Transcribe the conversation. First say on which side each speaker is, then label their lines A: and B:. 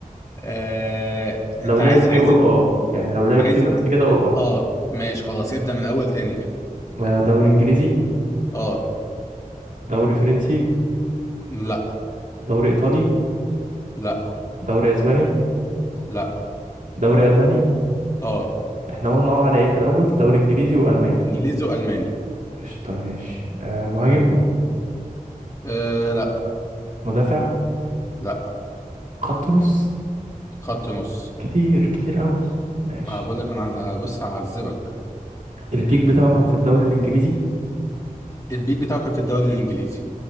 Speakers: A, on the left; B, on the right.
A: آه... أنت
B: لو لعب
A: عايز عايز
B: فيه قول
A: ال-
B: اه يعني لو لعب
A: عايز
B: فيه بس
A: ال...
B: كده قول اه
A: آه ماشي خلاص ابدأ من أول تاني كده
B: آه، دوري انجليزي
A: آه
B: دوري فرنسي
A: لأ
B: دوري ايطالي
A: لأ
B: دوري اسباني
A: لأ
B: دوري الماني
A: آه
B: احنا قلنا اه على ايه في الاول دوري انجليزي والماني
A: إنجليزي وألماني
B: قشطة ماشي آه مهاجم
A: آه لأ
B: مدافع
A: لا
B: خط نص
A: خط نص
B: كتير كتير قوي ماشي
A: آه، بقول لك انا أنا بص هعذبك
B: البيك بتاعه كان في الدوري الانجليزي
A: البيك بتاعه كان في الدوري الانجليزي